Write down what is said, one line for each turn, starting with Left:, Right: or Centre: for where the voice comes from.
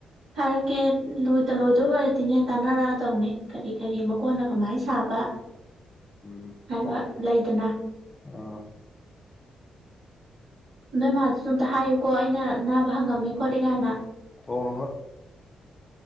Right: ꯍꯥꯏꯔꯛꯀꯦ ꯂꯣꯏꯗ ꯂꯣꯏꯗꯣꯏ ꯍꯣꯏꯔ ꯑꯗꯨꯅꯦ ꯇꯥꯅꯔꯛꯑꯗꯧꯅꯦ ꯀꯔꯤ ꯀꯔꯤ ꯃꯀꯣꯟꯅ ꯀꯃꯥꯏꯅ ꯁꯥꯕ
Left: ꯎꯝ
Right: ꯍꯥꯏꯕ
Left: ꯍꯣ
Right: ꯂꯩꯗꯅ
Left: ꯑꯥ
Right: ꯅꯣꯏ ꯃꯥꯗꯨꯁꯨ ꯑꯝꯇ ꯍꯥꯏꯌꯨꯀꯣ ꯑꯩꯅ ꯅꯥꯕ ꯍꯪꯉꯝꯃꯦ ꯈꯣꯠꯂꯤꯦ ꯀꯥꯏꯅ
Left: ꯑꯣ